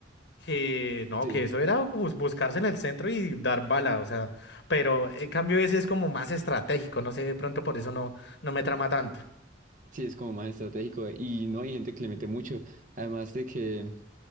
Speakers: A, on the left; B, on the right.
A: que no,
B: Sí,
A: que eso era bus- buscarse en el centro y dar bala, o sea, pero en cambio ese es como más estratégico, no sé, de pronto por eso no, no me trama tanto.
B: sí, es como más estratégico. Y no hay gente que le mete mucho. Además de que.